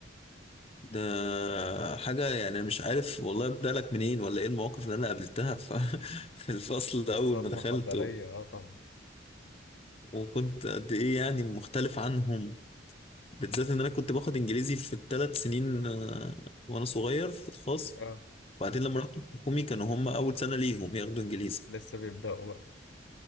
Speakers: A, on the left; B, on the left.
A: ده حاجة يعني أنا مش عارف والله أبدأ لك منين ولا إيه المواقف اللي أنا قابلتها ف- <laughs> في الفصل أول
B: صدمة
A: ما دخلت
B: حضارية
A: و-
B: أه طبعا
A: وكنت قد إيه يعني مختلف عنهم بالذات إن أنا كنت باخد إنجليزي في الثلاث سنين آه، وأنا صغير في الخاص
B: أه
A: وبعدين لما رحت الحكومي كانوا هم أول سنة ليهم ياخدوا إنجليزي
B: لسه بيبدأوا بقى